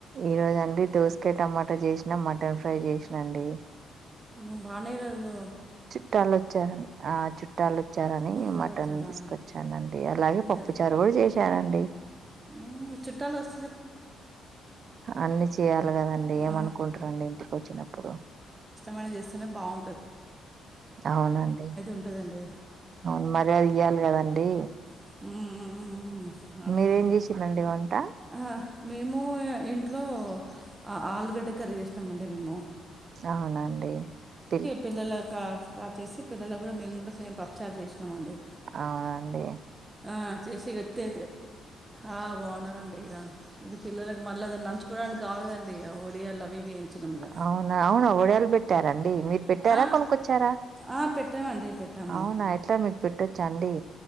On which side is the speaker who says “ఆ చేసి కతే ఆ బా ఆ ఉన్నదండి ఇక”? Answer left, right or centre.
Right